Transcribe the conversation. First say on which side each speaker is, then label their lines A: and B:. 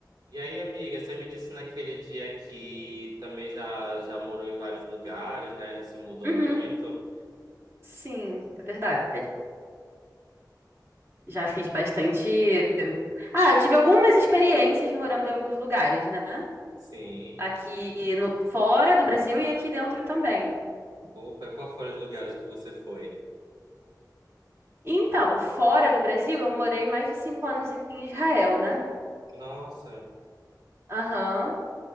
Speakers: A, on the right; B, on the right.
A: E aí, amiga, você me disse naquele dia que também já, já morou em vários lugares, né? Já se mudou
B: Uhum.
A: muito.
B: Sim, é verdade. Já fiz bastante. Ah, eu tive algumas experiências morando em alguns lugares, né?
A: Sim.
B: Aqui no... fora do Brasil e aqui dentro também.
A: Opa, qual foram os lugares que você foi?
B: Então, fora do Brasil, eu morei mais de cinco anos em Israel, né?
A: Nossa,
B: Aham.